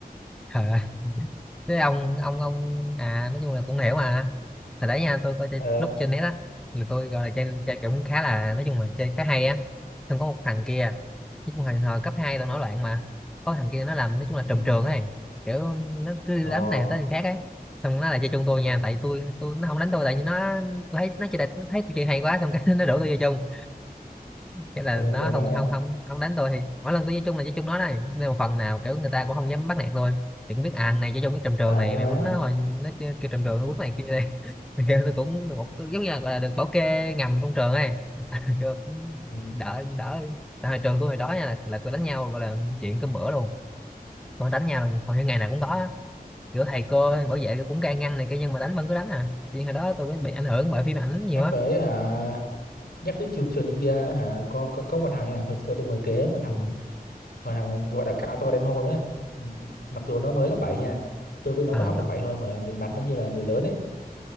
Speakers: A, in the centre; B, on the left.
A: à thế ông ông ông à nói chung là cũng hiểu mà hồi đấy nha tôi coi chơi,
B: ờ
A: lúc trên net á thì tôi gọi là chơi, chơi cũng khá là nói chung là chơi khá hay á xong có một thằng kia nói chung là hồi cấp 2 tao nổi loạn mà có thằng kia nó làm nói chung là
B: ừ
A: trùm trường ấy kiểu nó cứ
B: ồ
A: đám này tới thằng khác ấy xong nó lại chơi chung tôi nha tại tôi tôi nó không đánh tôi tại vì nó tôi thấy nó chơi đẹp nó thấy tôi chơi hay quá xong cái <laughs> nó đổ tôi vô chung cái là
B: ờ
A: nó
B: rồi
A: không
B: sao nữa
A: không không không đánh tôi thì mỗi lần tôi chơi chung là chơi chung nó này nên một phần nào kiểu người ta cũng không dám bắt nạt tôi thì cũng biết à thằng này chơi chung cái trầm trường
B: Ờ
A: này
B: thế thôi
A: mày quýnh
B: hả?
A: nó hồi nó chơi kêu trầm trường nó quýnh mày kia đây <laughs> thì kêu tôi cũng được một giống như là, gọi là được bảo kê ngầm trong trường ấy <laughs> kêu cũng
B: Ừ.
A: đỡ đỡ tại hồi trường tôi hồi đó nha là là tôi đánh nhau gọi là chuyện cơm bữa luôn còn đánh nhau là hầu như ngày nào cũng có á. kiểu thầy cô bảo vệ cũng can ngăn này kia nhưng mà đánh vẫn cứ đánh à chuyện hồi đó tôi mới bị ảnh hưởng bởi phim ảnh nhiều
B: Nhắc
A: á
B: tới hả? Nhắc tới trường trường này kia hả? Có có, có một thằng nha, hồi xưa tôi ngồi kế một
A: ừ.
B: thằng, hồi thằng gọi là cao to đen hôi đấy. Ừ, Mặc dù nó mới lớp 7 nha, tôi với nó
A: à,
B: mới học lớp 7 thôi mà nhìn mặt nó như là người lớn ấy,